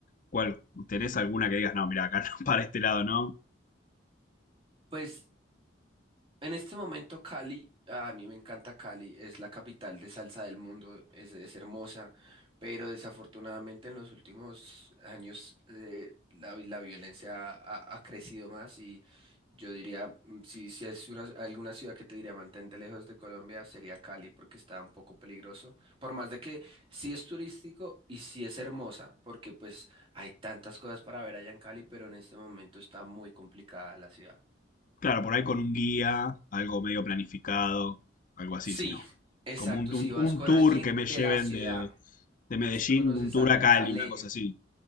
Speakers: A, on the left (about 45°); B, on the right (about 30°).
A: cuál, tenés alguna que digas, no, mira, acá no, <laughs> para este lado, ¿no?
B: Pues En este momento Cali, a mí me encanta Cali, es la capital de salsa del mundo, es, es hermosa, pero desafortunadamente en los últimos años eh, la, vi- la violencia ha, ha crecido más y yo diría, mm, si, si es una, alguna ciudad que te diría mantente lejos de Colombia, sería Cali porque está un poco peligroso, por más de que sí es turístico y sí es hermosa, porque pues hay tantas cosas para ver allá en Cali, pero en este momento está muy complicada la ciudad.
A: Claro, por ahí con un guía, algo medio planificado, algo así,
B: Sí,
A: si no.
B: exacto.
A: Como un, un-
B: Si vas
A: un
B: con
A: tour
B: alguien
A: que me
B: de
A: lleven
B: la ciudad,
A: de, de Medellín,
B: si conoces
A: un tour
B: a algún
A: a Cali,
B: caleño,
A: una cosa así.